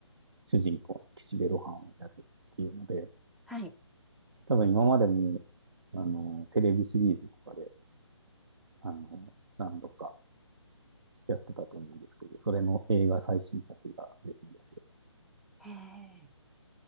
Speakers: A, on the right; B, in the centre.
A: 主人公の岸辺露伴をやるっていうので、
B: はい。
A: 多分今までも、あの、テレビシリーズとかで、あの、何度かやってたと思うんですけど、それの映画最新作が出るんですよ。
B: へえ。